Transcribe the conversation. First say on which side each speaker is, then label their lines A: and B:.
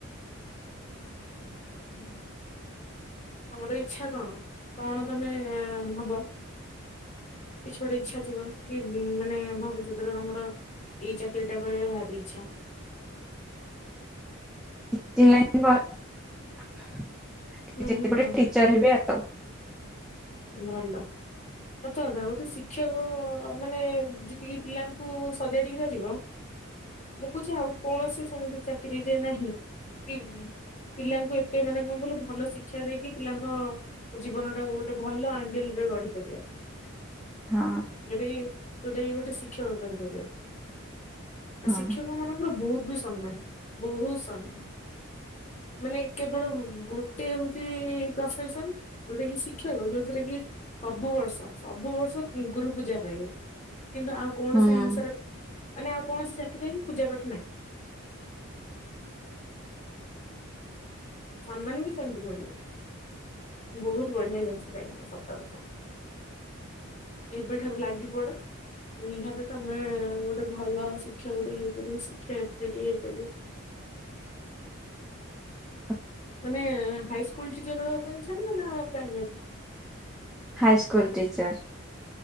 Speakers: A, on the left (about 30°); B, in the centre.
A: ହୁଁ। ତମର ଇଚଛା କଣ କଣ ତମେ ହବ। କିଛି ଗୋଟେ ଇଚ୍ଛା ଥିବ କି ମାନେ ଭବିଷ୍ୟତରେ ତମର। ଏଇ ଚାକରୀ ଟା କରଲେ ଭାରି ଇଛା।
B: <unintelligible>
A: ହୁଁ
B: ଗେଟେ
A: ହୁଁ ହୁଁ
B: ଟିଚର୍ ହେବି ଆଉ।
A: ଭଲ କଥା କଥା ଗୋଟେ ଶିକ୍ଷକ ମାନେ ଯେତିକି ପିଲାଙ୍କୁ ସଜାଡ଼ି ପାରିବ। ମୁଁ କୁଛି ଆଉ କୌଣସି ସାଙ୍ଗେ ଚାକିରିରେ ନାହିଁ କି। ପିଲାଙ୍କୁ ଏତେ ମାନେ କଣ କହିଲ ଭଲ ଶିକ୍ଷା ଦେଇକି ପିଲାଙ୍କ ଜୀବନ ଟା ଗୋଟେ। ଗୋଟେ ଭଲ ଆଙ୍ଗେଲ ରେ ଗଢି ସାରିବା ପାଇଁ
B: ହଁ
A: ଯଦି ଯୋଉଟାକ ଗୋଟେ ଶିକ୍ଷକ କରିପାରିବା ଆଉ
B: ହଁ।
A: ଶିକ୍ଷକ ମାନଙ୍କର ବହୁତ୍। ସ ସମ୍ମାନ ବହୁତ ସମାନ। ମାନେ କେବଳ ଗୋଟେ ହଉଛି ପ୍ରଫେସନ ଯୋଉଟା କି। ଖ୍ୟ ଯୋଉଥିରେ କି ସବୁ ବର୍ଷ ସବୁ ବର୍ଷ ଗୁରୁ ପୂଜା ପାଇବେ। କିନ୍ତୁ ଆଉ କୌଣସି
B: ହୁଁ
A: ଜିନିଷରେ ମାନେ ଆଉ କୌଣସି ଚାକିରିରେ ପୂଜା ପାଠ ନାହିଁ। ସମ୍ମାନ ବି ସେମିତି ମିଳିବ। ବହୁତ ବଢିଆ ଜିନିଷ ଟା ହିଁ ସତ କଥା। ଏବେଠାରୁ ଲାଗି ପଡ। ନିହାତି ତମେ ଗୋଟେ ଭଲ ଶିକ୍ଷକ ଟିକେ ହେଇପାରିବ ଶିକ୍ଷୟତ୍ରୀ ଟିକେ ହେଇପାରିବ।
B: ହ
A: ମାନେ ହାଇସ୍କୁଲ ଟିଚର ହେବା ପାଇଁ ଇଚ୍ଛା ନା ପ୍ରାଇମାରୀ?
B: High school teacher.